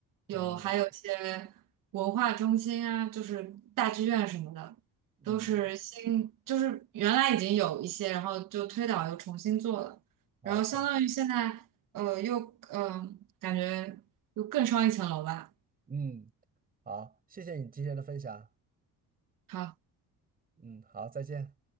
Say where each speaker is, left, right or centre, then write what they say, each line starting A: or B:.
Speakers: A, on the right; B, on the right.
A: 有还有一些文化中心啊，
B: 哦，
A: 就是大剧院什么的，
B: 嗯，
A: 都是新，就是原来已经有一些，然后就推倒又重新做了，
B: 好的，
A: 然后相当于现在呃又呃感觉又更上一层楼吧。
B: 嗯，好，谢谢你今天的分享。
A: 好。
B: 嗯，好，再见。